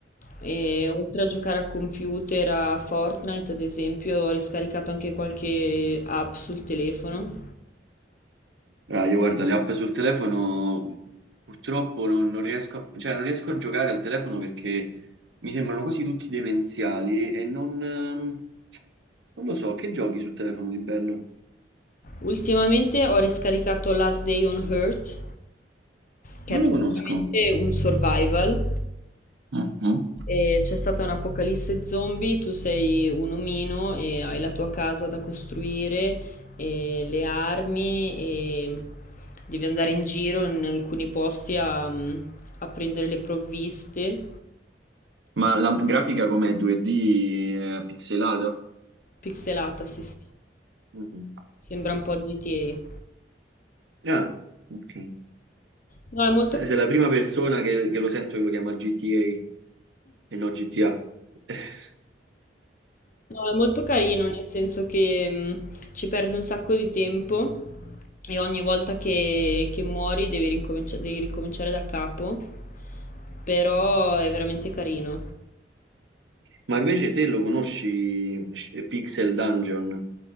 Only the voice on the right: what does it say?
Ah, io guardo le app sul telefono, purtroppo non, non riesco a, cioè, non riesco a giocare al telefono perché mi sembrano quasi tutti demenziali e non, ehm, non lo so, che giochi sul telefono di bello?
Non
lo conosco.
Mhm.
Ma la grafica com'è? 2D eh, pixelata?
Mhm.
Ah, ok.
Se-
Sei la prima persona che, che lo sento che lo chiama GTA e non GTA. <laughs>
Ma invece te lo conosci, Sh- Pixel Dungeon?